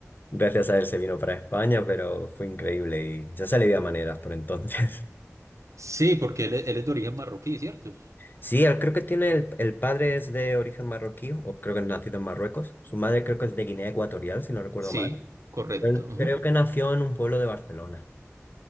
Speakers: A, on the left (about 40°); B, on the right (about 80°).
A: gracias a él se vino para España, pero fue increíble y ya se le veía maneras por entonces. <laughs>
B: Sí, porque él, es él es de origen marroquí, ¿cierto?
A: Sí, él creo que tiene el, el padre es de origen marroquí, o creo que es nacido en Marruecos. Su madre creo que es de Guinea Ecuatorial, si no recuerdo
B: Sí,
A: mal.
B: correcto.
A: Él
B: ujú.
A: creo que nació en un pueblo de Barcelona.